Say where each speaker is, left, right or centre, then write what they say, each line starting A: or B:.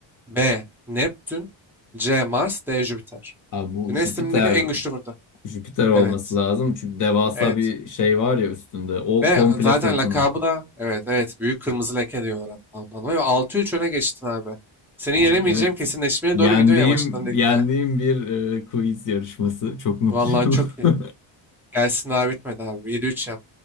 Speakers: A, in the centre; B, on the left (about 45°).
A: B. Neptün C. Mars D. Jüpiter
B: Abi bu
A: Güneş
B: Jüpiter
A: sistemindeki en güçlü fırtına.
B: Jüpiter olması
A: Evet.
B: lazım. Çünkü devasa
A: Evet.
B: bir şey var ya üstünde. O
A: Ve
B: komple
A: zaten
B: fırtına.
A: lakabı da evet evet büyük kırmızı leke diyorlar hatta ondan dolayı. Ve 6-3 öne geçtin abi. Seni
B: Abi
A: yenemeyeceğim
B: evet.
A: kesinleşmeye
B: Yendiğim,
A: doğru gidiyor yavaştan lig
B: yendiğim
A: gel.
B: bir e, quiz yarışması. Çok mutluyum.
A: Vallahi çok iyi.
B: <laughs>
A: Gelsin daha bitmedi abi. Yedi üç yap.